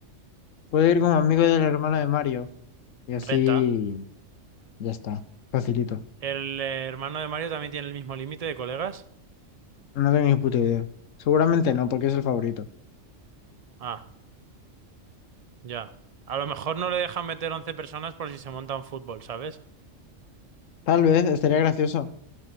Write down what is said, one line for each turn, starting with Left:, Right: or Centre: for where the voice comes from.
Left: Puedo ir como amigo del hermano de Mario. Y así
Right: Renta.
Left: ya está. Facilito.
Right: ¿El eh, hermano de Mario también tiene el mismo límite de colegas?
Left: No tengo ni puta idea. Seguramente no, porque es el favorito.
Right: Ah, ya. A lo mejor no le dejan meter 11 personas por si se monta un fútbol, ¿sabes?
Left: Tal vez estaría gracioso.